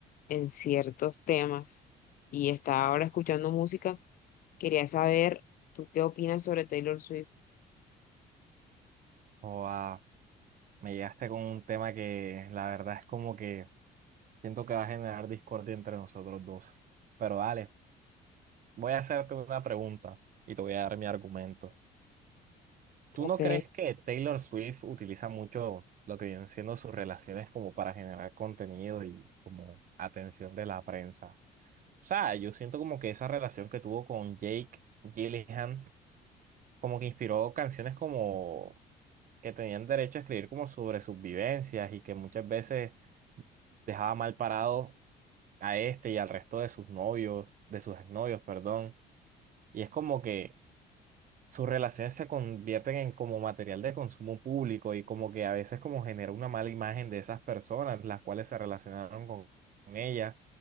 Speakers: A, on the left; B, on the right.
A: en ciertos temas y estaba ahora escuchando música. Quería saber, ¿tú qué opinas sobre Taylor Swift?
B: Joa, me llegaste con un tema que la verdad es como que siento que va a generar discordia entre nosotros dos. Pero dale, voy a hacerte una pregunta y te voy a dar mi argumento. ¿Tú
A: Ok,
B: no crees que Taylor Swift utiliza mucho lo que vienen siendo sus relaciones como para generar contenido y como atención de la prensa? O sea, yo siento como que esa relación que tuvo con Jake Gyllenhaal como que inspiró canciones como que tenían derecho a escribir como sobre sus vivencias y que muchas veces dejaba mal parado a este y al resto de sus novios, de sus exnovios, perdón. Y es como que sus relaciones se convierten en como material de consumo público y como que a veces como genera una mala imagen de esas personas, las cuales se relacionaron con, con ella